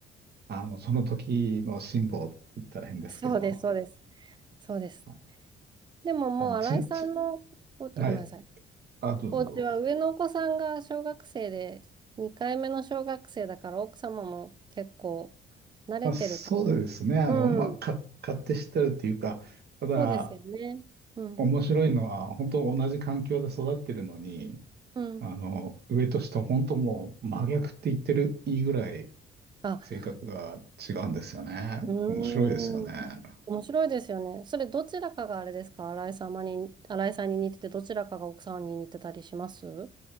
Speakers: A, on the right; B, on the right.
A: あの、その時の辛抱って言ったら変ですけど、
B: そうです、そうです。そうです。
A: あ
B: でももう新井さんのお、
A: あの、ち、ち、
B: ごめんなさい。
A: はい。あ、どうぞどうぞ。
B: お家は上のお子さんが小学生で、2回目の小学生だから奥様も結構慣れてるから。
A: まあ、そうですね。あの、
B: うん。
A: まあ、か、勝手知ってるっていうか、ただ、
B: そうですよね。うん。
A: 面白いのは、本当同じ環境で育ってるのに、
B: うん。
A: あの、上と下、本当もう真逆って言ってるいいぐらい
B: あ
A: 性格が違うんですよね。
B: うーん。
A: 面白いですよね。
B: 面白いですよね。それどちらかがあれですか新井様に、新井さんに似てて、どちらかが奥さんに似てたりします